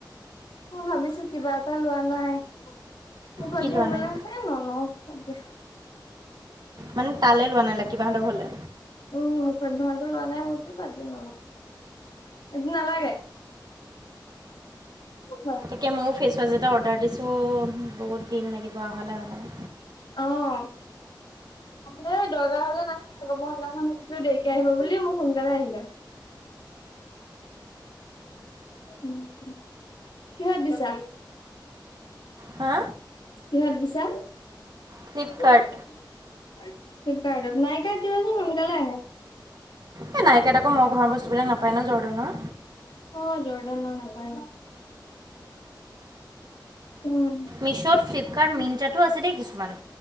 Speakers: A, on the left (about 85°); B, on the right (about 60°).
A: মই ভাবিছো কিবা এটা লোৱা নাই। মুখত
B: কি
A: ঘহিবলে,
B: লোৱা নাই
A: এ নলও বাদ দিয়া।
B: মান তালে লোৱা নাই লাকি-বা'হঁত ঘলে।
A: উম্ মুখত ঘহাটো লৱা নাই মোৰতো বাদ দিম। এইটো নালাগে? হ
B: কিয়া ময়ো ফেচৱাছ এটা অৰ্ডাৰ দিছোঁ। বহুত দিন লাগিব অহালৈ মানে
A: অ' ন দৰকাৰ হলে নাহে মই সেনাখন সুধছিলো দেৰিকে আহিব বুলি মোক সোনকালে আহিলে। উম উ কিহত দিছা?
B: হা
A: কিহত দিছা?
B: ফ্লিপকাৰ্ট
A: ফ্লিপকাৰ্টত, নাইকাট দিবাচোন সোনকালে আহে।
B: এ নাইকাট আকৌ মই ঘহা বস্তু বিলাক নাপায় ন জৰ্দানৰ।
A: অ' জৰদানৰ নাপায়। উম
B: মিছ্ব'ত, ফ্লিপকাৰ্ট, মিন্ত্ৰাটো আছে দেই কিছুমান।